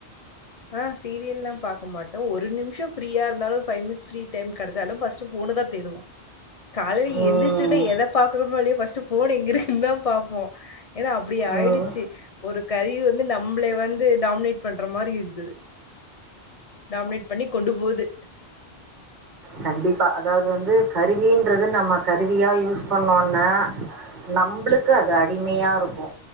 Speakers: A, on the left; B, on the right.
A: ஆ சீரியல்லா பாக்க மாட்ட ஒரு நிமிஷ ஃப்ரீா இருந்தாலு ஃபை மினிட்ஸ் ஃப்ரீ டைம் கடைச்சாலு ஃபர்ஸ்ட் ஃபோன் தா தேடுவோ காலைல
B: ம்
A: எந்திரச்சுன்னே எத பாக்கறோமோ இல்லையோ ஃபர்ஸ்ட் ஃபோன் எங்கிருக்குன் தா பாப்போ ஏன்னா அப்டி ஆயிடுச்சு
B: ம்
A: ஒரு கருவி வந்து நம்பள வந்து டாமினேட் பண்ற மாரி இருக்குதது டாமினேட் பண்ணி கொண்டு போது
B: கண்டிப்பா அதாவது வந்து கருவின்றது நம்ம கருவியா யூஸ் பண்ணோனே நம்ளுக்கு அது அடிமையா இருக்கு